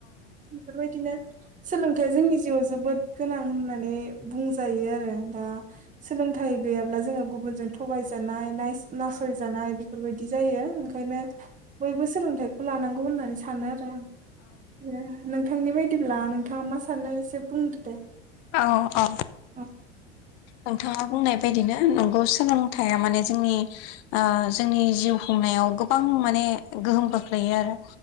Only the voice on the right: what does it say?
बेफोरबायदिनो सोलोंथाइया जोंनि जिउआव जोबोद गोनां होननानै बुंजायो आरो। सोलोंथाइ गैयाब्ला जोङो गुबुनजों थगायजानाय नासय जानाय बेफोरबायदि जायो ओंखायनो बयबो सोलोंथाइखौ लानांगौ होननानै सानो आरो आं नोंथांनि बायदिब्ला नोंथाङा मा सानो एसे बुंदो दे
औ